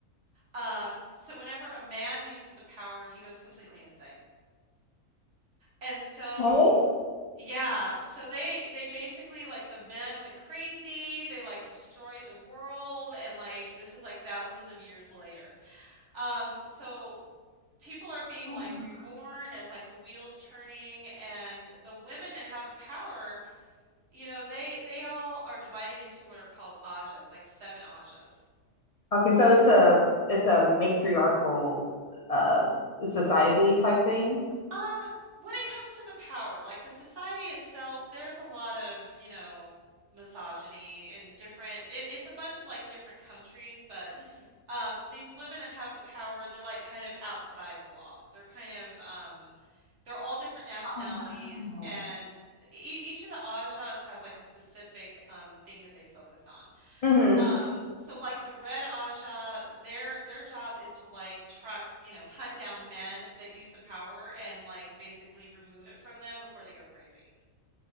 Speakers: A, on the right; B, on the left.
A: Um, so whenever a man uses the power, he goes completely insane. And so,
B: Hey?
A: yeah, so they they basically like the men went crazy. They like destroyed the world, and like this is like thousands of years later. Um, so people are being
B: Oh.
A: like reborn as like the wheels turning and the women that have the power, you know, they they all are divided into what are called ajas, like seven ajas.
B: Okay, so it's a it's a matriarchal uh society type thing.
A: Um, when it comes to the power, like the society itself, there's a lot of, you know, misogyny in different it, it's a bunch of like different countries, but um, these women that have the power, they're like kind of outside the law. They're kind of, um, they're all different nationalities,
B: Oh wow.
A: and e each of the Ajahs has like a specific um, thing that they focus on.
B: hmm
A: Um, so like the Red Ajah, their their job is to like try you know, hunt down men that use the power and like basically remove it from them before they go crazy.